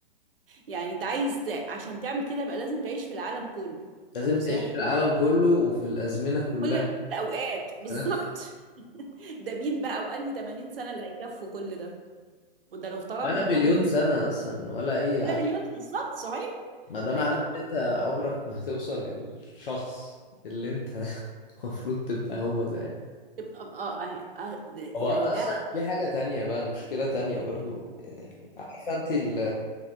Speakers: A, on the right; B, on the left.
A: يعني انت عايز ت- عشان تعمل كده يبقى لازم تعيش في العالم كله
B: لازم
A: طب وازاي
B: تعيش في العالم كله وفي الأزمنة كلها
A: كل الاوقات بالظبط
B: في نفس
A: <laughs> ده مين بقى وانهي 80 سنة اللي هيكفوا كل ده وده لو افترضنا
B: ولا
A: انهم
B: مليون سنة أصلا ولا أي عدد
A: ده مليون بالظبط صحيح
B: ما ده
A: ايوه
B: معناه
A: طبعا
B: إن أنت عمرك ما هتوصل للشخص اللي أنت <laughs> المفروض تبقى هو ده
A: يبقى- اه آه، آه،
B: هو
A: يعني
B: اصلا
A: ده
B: في حاجة تانية بقى مشكلة تانية برضو يعني عارفة انت ال-